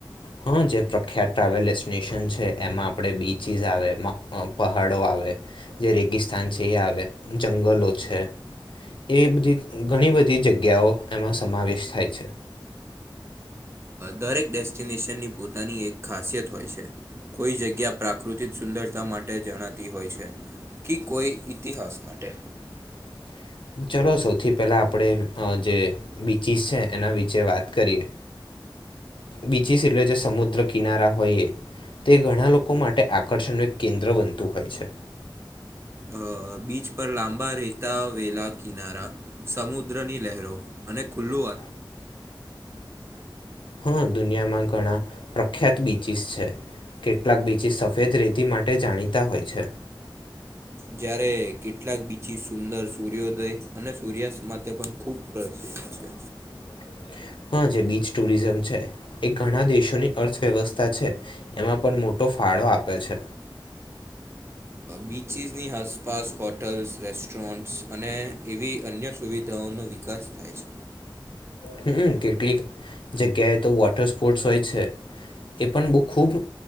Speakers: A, on the left; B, on the right.
A: હા જે પ્રખ્યાત ટ્રાવેલ ડેસ્ટિનેશન છે એમાં આપણેે બીચસ આવે પહાડો આવે જે રેગિસ્તાન છે એ આવે જંગલો છે એ બધી ઘણી બધી જગ્યાઓ એમાં સમાવેશ થાય છે
B: દરેક ડેસ્ટિનેશનની પોતાની એક ખાસિયત હોય છે કોઈ જગ્યા પ્રાકૃતિક સુંદરતા માટે જણાતી હોય છે કે કોઈ ઇતિહાસ માટે
A: <inaudible> ચલો સૌથી પહેલા આપણે જે બીચીસ છે એના વિચે વાત કરીએ બીચિસ એટલે જે સમુદ્ર કિનારા હોય એ તે ઘણા લોકો માટે આકર્ષણનું એક કેન્દ્ર બનતું હોય છે
B: અ, બીચ પર લાંબા રેતા વેલા કિનારા સમુદ્ર ની લહેરો અને ખુલ્લુ
A: <inaudible> હા દુનિયામાં ઘણા પ્રખ્યાત બીચિસ છે કેટલાક બીચિસ સફેદ રેતી માટે જાણીતા હોય છે
B: જયારે કેટલાક બીચિસ સુંદર સૂર્યોદય અને સૂર્યાસ્ત માટે પણ ખૂબ
A: <inaudible>
B: છે
A: હા જે બીચ ટુરિઝમ છે એ ઘણા દેશોની અર્થવ્યવસ્થા છે એમાં પણ મોટો ફાળો આપે છે
B: બીચીસની આસપાસ હોટલ્સ રેસ્ટોરન્ટ્સ અને એવી અન્ય સુવિધાઓનો નો વિકાસ થાય છે
A: હમ કેટલીક જગ્યાએ તો વોટર સ્પોર્ટસ હોય છે એ પણ બહ ખૂબ